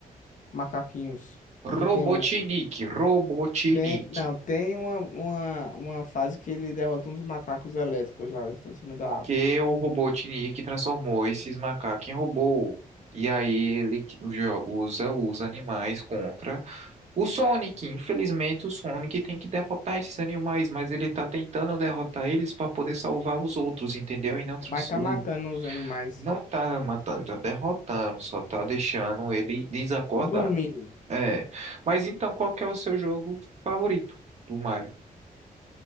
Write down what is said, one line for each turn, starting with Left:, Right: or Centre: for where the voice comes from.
Left: Macaquinhos. Que
Right: Robotnik,
Left: tem um...
Right: Robotnik.
Left: Tem, não, tem uma, uma, uma fase que ele derrota uns macacos elétricos lá, eles estão em cima da
Right: Porque
Left: árvore.
Right: o Robotnik transformou esses macacos em robô. E aí ele que- jo- usa os animais contra O Sonic, infelizmente, o Sonic tem que derrotar esses animais, mas ele tá tentando derrotar eles para poder salvar os outros, entendeu? E não trans-
Left: Vai estar
Right: o,
Left: matando os animais.
Right: não tá matando, tá derrotando, só tá deixando ele desacordado.
Left: Dormindo.
Right: É. Mas então, qual que é o seu jogo favorito do Mario?